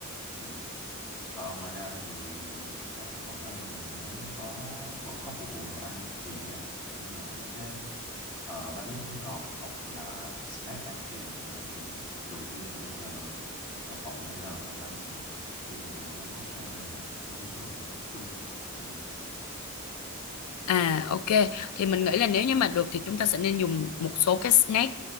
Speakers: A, on the left; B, on the left.
A: Ok Ờ, ngoài ra thì cho cái phần đó thì mình muốn có vẫn có phục vụ đồ ăn nhẹ kiểu như là mấy cái ờ, bánh ngọt hoặc là snack ăn kèm với lại rượu bia đồ như là đậu phộng hay là khoai tây đồ vậy khi mà mọi người uống cocktail hay là uống rượu chung như vậy
B: À ok, thì mình nghĩ là nếu như mà được thì chúng ta sẽ nên dùng một số cái snack